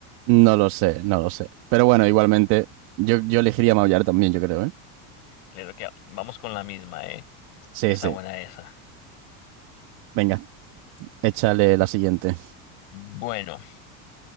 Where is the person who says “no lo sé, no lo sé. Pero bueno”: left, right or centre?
Right